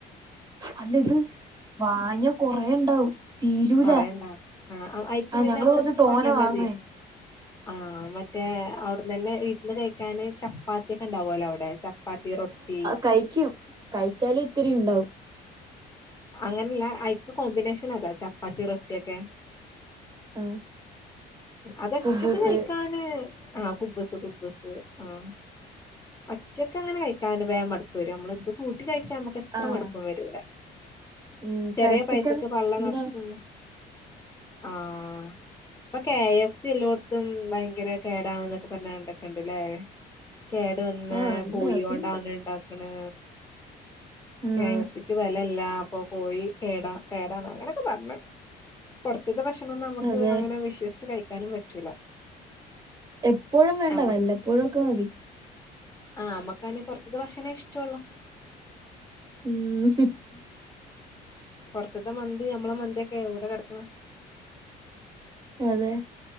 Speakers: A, on the right; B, on the left.
A: അല്ല ഇത് വാങ്ങിയാ കൊറേ ഉണ്ടാവും തീരൂല
B: കുറേ ഇണ്ടാവും ആ അയിക്ക് പിന്നെ
A: ഞങ്ങള്
B: നമ്മൾ
A: കൊറച്ച്
B: ഇത്
A: തോനെ
B: വാങ്ങിയ മതി
A: വാങ്ങുവേ
B: ആഹ് മറ്റേ അവിടന്ന് തന്നെ ഇരുന്ന് കഴിക്കാന് ചപ്പാത്തി ഒക്കെ ഉണ്ടാവലോ അവടെ ബെ ചപ്പാത്തി റൊട്ടി
A: കഴിക്ക്യം കഴിച്ചാലും ഇത്തിരി ഉണ്ടാവും
B: അങ്ങനെയല്ല അയിക്ക് കോമ്പിനേഷൻ അതാ ചപ്പാത്തി റൊട്ടിയൊക്കെ
A: ആ
B: അത് ഒറ്റക്ക്
A: കുബൂസ്
B: കഴിക്കാൻ ആഹ് കുബുസ് കുബുസ് ആഹ് ഒറ്റക്കങ്ങെനെ കഴിക്കാന് വേഗം മടുപ്പ് വരും നമ്മള് ഇത് കൂട്ടി കഴിച്ചാ നമ്മക്ക് എത്ര
A: ആഹ്
B: മടുപ്പും വരൂല
A: ഉം
B: ചെറിയ
A: ഫ്രൈഡ്
B: പൈസക്ക്
A: ചിക്കൻ
B: പള്ള
A: സീനാണ്
B: നെറച്ച് തിന്നും ആഹ് ഇപ്പൊ കെ ഐ എഫ് സി എല്ലോടത്തും ഭയങ്കര കേടാണ് എന്നൊക്കെ പറഞ്ഞണ്ടൊക്കെ ഉണ്ട്ല്ലേ കേടു വന്ന
A: ആഹ് ഉണ്ട്
B: കോഴിയോണ്ടാണ്
A: അതുണ്ട്
B: ഇണ്ടാക്ക്ണേ
A: ആഹ്
B: കെഎഫ്സിക്ക് വെലല്ലാ അപ്പൊ കോഴി കേടാ കേടാണ് അങ്ങനെയൊക്കെ പറഞ്ഞ് പൊറത്ത്ത്തെ ഭക്ഷണൊന്നും നമുക്ക്
A: അതെ
B: അങ്ങനെ വിശ്വസിച്ച് കഴിക്കാനും പറ്റൂല
A: എപ്പോഴും വേണ്ട
B: നമ്മ
A: വല്ലപ്പോഴോക്കെ മതി
B: ആഹ് നമ്മക്കാന് പൊറത്ത്തെ ഭക്ഷണേ ഇഷ്ട്ടൊള്ളൂ
A: ഉം
B: പുറത്തത്തെ മന്തി ഞമ്മളെ മന്തി ഒക്കെ എവിടാ കിടക്കണെ
A: അതെ